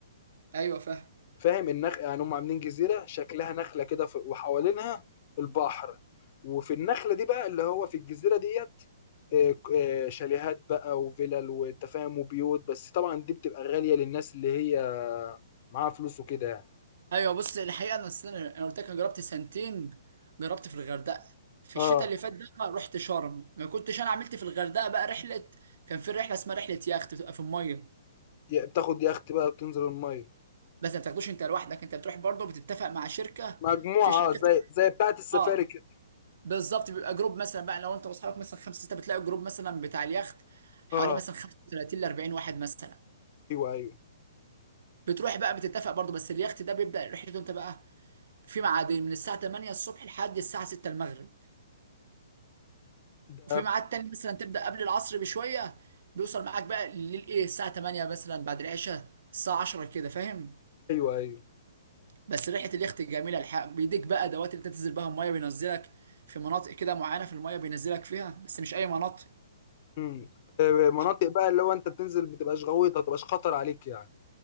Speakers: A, on the right (about 65°); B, on the left (about 45°).
A: ايوه فاهم
B: فاهم النخ يعني هم عاملين جزيره شكلها نخله كده ف- وحوالينها البحر وفي النخله دي بقى اللي هو في الجزيره ديت آه، آه، شاليهات بقى وفلل والتفاهم وبيوت بس طبعا دي بتبقى غاليه للناس اللي هي معاها فلوس وكده يعني
A: ايوه بص الحقيقه انا السنه انا قلت لك انا جربت سنتين جربت في الغردقه في
B: اه
A: الشتاء اللي فات ده رحت شرم ما كنتش انا عملت في الغردقه بقى رحله كان في رحله اسمها رحله يخت بتبقى في الميه
B: يا- بتاخد يخت بقى بتنزل الميه
A: بس ما بتاخدوش انت لوحدك انت بتروح برضه بتتفق مع شركه
B: مجموعه
A: في شركه
B: آه، زي
A: بتبقى
B: زي بتاعه السفاري
A: اه
B: كده
A: بالظبط بيبقى جروب مثلا بقى لو انت واصحابك مثلا خمسه سته بتلاقي جروب مثلا بتاع اليخت حوالي
B: اه
A: مثلا 35 ل 40 واحد مثلا
B: ايوه ايوه
A: بتروح بقى بتتفق برضه بس اليخت ده بيبدا رحلته انت بقى في ميعادين من الساعه 8 الصبح لحد الساعه 6 المغرب
B: ده
A: وفي ميعاد تاني مثلا تبدا قبل العصر بشويه بيوصل معاك بقى للايه الساعه 8 مثلا بعد العشاء الساعه 10 كده فاهم
B: ايوه ايوه
A: بس ريحه اليخت جميله الحق بيديك بقى دوات اللي تنزل بها الميه بينزلك في مناطق كده معينه في الميه بينزلك فيها بس مش اي مناطق
B: امم آه، مناطق
A: مش-
B: بقى اللي هو انت بتنزل بتبقاش غويطه تبقاش خطر عليك يعني